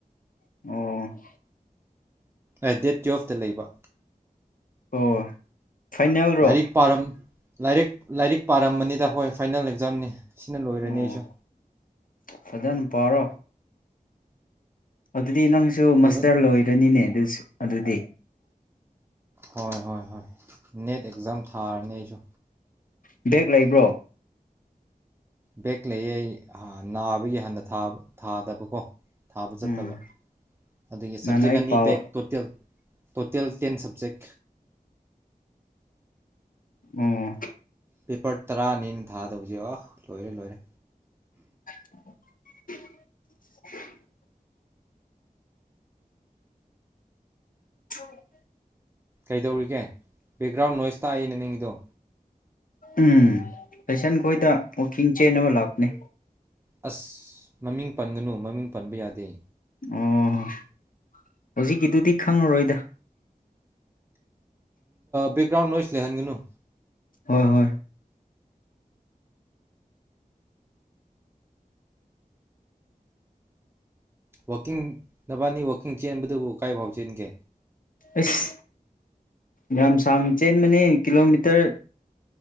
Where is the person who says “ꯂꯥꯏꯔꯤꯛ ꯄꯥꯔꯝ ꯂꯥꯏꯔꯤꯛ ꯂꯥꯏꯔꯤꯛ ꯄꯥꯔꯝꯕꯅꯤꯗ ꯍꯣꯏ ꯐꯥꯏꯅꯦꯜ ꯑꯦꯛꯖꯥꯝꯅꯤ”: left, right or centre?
Right